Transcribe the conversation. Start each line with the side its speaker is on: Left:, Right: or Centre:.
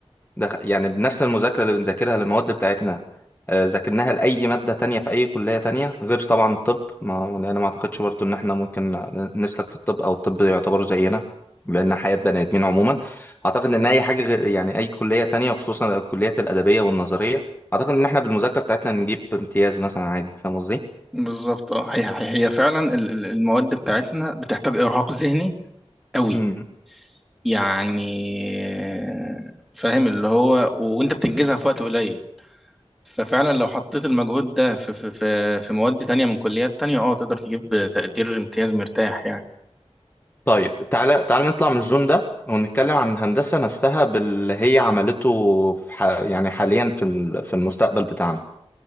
Left: ده يعني بنفس المذاكرة اللي بنذاكرها للمواد بتاعتنا آه، ذاكرناها لأي مادة تانية في أي كلية تانية غير طبعا الطب ما لأن ما أعتقدش برضو إن إحنا ممكن نسلك في الطب أو الطب يعتبر زينا لأن حياة بني آدمين عموما أعتقد إن أي حاجة غير يعني أي كلية تانية وخصوصا الكليات الأدبية والنظرية أعتقد إن إحنا بالمذاكرة بتاعتنا نجيب امتياز مثلا عادي فاهم قصدي؟
Centre: بالظبط اه هي هي هي فعلا ال- ال- المواد بتاعتنا بتحتاج ارهاق ذهني قوي
Left: مم.
Centre: يعني فاهم اللي هو وانت بتنجزها في وقت قليل ففعلا لو حطيت المجهود ده في في في في مواد تانية من كليات تانية اه تقدر تجيب تقدير امتياز مرتاح يعني
Left: طيب تعالى تعالى نطلع من الزون ده ونتكلم عن الهندسة نفسها باللي هي عملته في ح... يعني حاليا في ال- في المستقبل بتاعنا